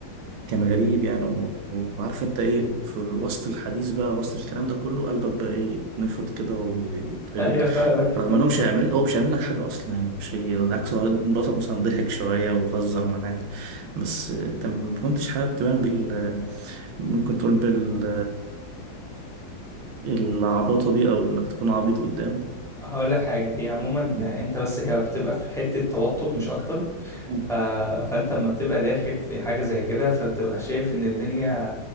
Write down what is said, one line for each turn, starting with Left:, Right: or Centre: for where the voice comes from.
Right: كان غريب يعني و- وعارف انت ايه في وسط الحديث بقى وسط الكلام ده كله قلبك بقى ايه يتنفض كده ويتقبض
Centre: ايوه فاهمك
Right: رغم انه مش هيعمل هو مش هيعمل لك حاجه اصلا يعني مش هي بالعكس هو البطل مثلا ضحك شويه وهزر معاك بس انت ما كنتش حابب تبان بال ممكن تقول بال العباطة دي أو إنك تكون عبيط قدامه
Centre: هقول لك حاجه هي عموما
Right: مم.
Centre: انت بس هي بتبقى في حته توتر مش اكتر
Right: <laughs>
Centre: ف... فانت لما بتبقى داخل في حاجه زي كده فبتبقى شايف ان الدنيا